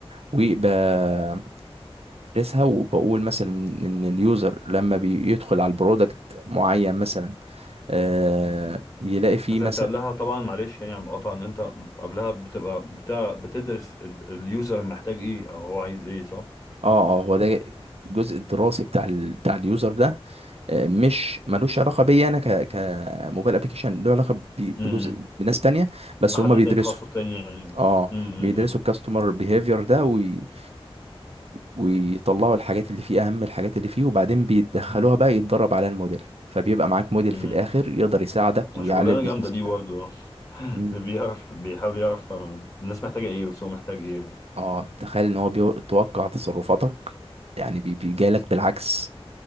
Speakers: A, on the right (about 75°); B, on the left (about 30°).
A: وبدرسها وبقول مثلا ان اليوزر لما بيدخل على البرودكت معين مثلا آه، يلاقي فيه
B: بس
A: مثلا
B: انت قبلها طبعا معلش يعني على المقاطعة ان انت قبلها بتبقى بتاع بتدرس ال- اليوزر محتاج ايه او هو عايز ايه صح؟
A: اه اه هو ده الجزء الدراسي بتاع ال... بتاع اليوزر ده آه، مش ملوش علاقه بيا انا ك كموبايل ابلكيشن له علاقه ب-
B: امم
A: بجزء بناس تانية بس
B: لحد
A: هم بيدرسوا
B: تاني تخصص تاني يعني
A: اه
B: امم
A: بيدرسوا الكاستمر بيهيفير ده وي- ويطلعوا الحاجات اللي فيه اهم الحاجات اللي فيه وبعدين بيدخلوها بقى يتدرب على الموديل فبيبقى معاك موديل
B: امم
A: في الاخر يقدر يساعدك ويعلي
B: شغلانة
A: البيزنس
B: جامدة دي
A: بتاعك
B: برضو <laughs>
A: مم.
B: اللي بيعرف بيحاول يعرف آه، الناس محتاجة ايه والسوق محتاج ايه
A: اه تخيل ان هو بيتوقع تصرفاتك يعني بي- بيجالك بالعكس